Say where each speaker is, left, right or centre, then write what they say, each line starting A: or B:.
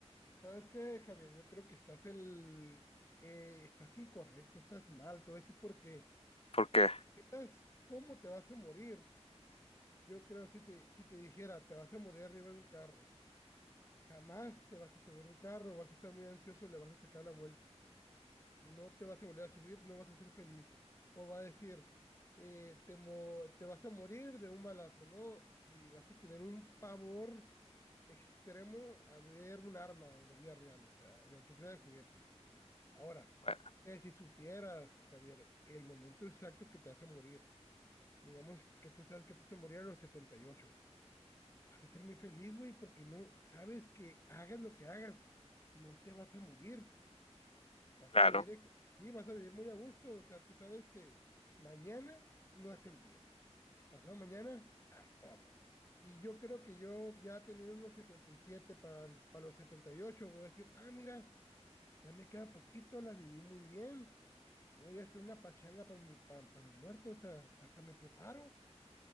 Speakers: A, on the left; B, on the left.
A: ¿sabes qué, Javier? Yo creo que estás el, eh, estás incorrecto, estás mal. Te voy a decir por qué.
B: Porque,
A: Si supieras cómo te vas a morir, yo creo si te, si te dijera, te vas a morir arriba de un carro Jamás te vas a subir un carro, vas a estar muy ansioso y le vas a sacar la vuelta. No te vas a volver a subir, no vas a ser feliz. O va a decir, eh, te, mo- te vas a morir de un balazo, ¿no? Y vas a tener un pavor extremo a ver un arma en la vida real, o sea, y aunque sea de juguete. Ahora,
B: bueno,
A: que si supieras, Javier, el momento exacto que te vas a morir, digamos que tú sabes que te vas a morir a los 78 vas a ser muy feliz, güey, porque no sabes que hagas lo que hagas, no te vas a morir, vas
B: claro,
A: a vivir, ex- sí, vas a vivir muy a gusto, o sea, tú sabes que mañana no es el día, pasado mañana tampoco. Y yo creo que yo ya teniendo unos 77 para los 78 voy a decir, ah, mira, ya me queda poquito, la viví muy bien, voy a hacer una pachanga para mi, pa- pa' mi muerto, o sea, hasta me preparo.